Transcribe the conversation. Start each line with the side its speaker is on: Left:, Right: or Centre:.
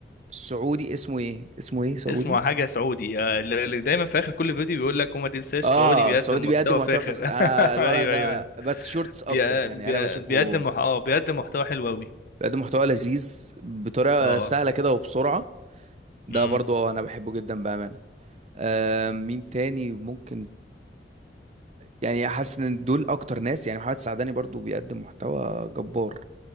Right: سعودي اسمه ايه اسمه ايه سعودي
Left: اسمه حاجه سعودي آه، اللي اللي دايما في اخر كل فيديو بيقول لك وما تنساش
Right: اه
Left: سعودي بيقدم
Right: سعودي
Left: محتوى
Right: بيقدم محتوى
Left: فاخر
Right: فاخر
Left: <laughs>
Right: انا الولد
Left: ايوه
Right: ده
Left: ايوه ايوه
Right: بس شورتس اكتر
Left: بي...
Right: يعني
Left: بي...
Right: انا بشوفه
Left: بيقدم مح... اه بيقدم محتوى حلو قوي
Right: بيقدم محتوى لذيذ بطريقة
Left: اه
Right: سهلة كده وبسرعة ده
Left: امم
Right: برضو انا بحبه جدا بأمانة آه مين تاني ممكن يعني حاسس ان دول اكتر ناس يعني محمد السعداني برضو بيقدم محتوى جبار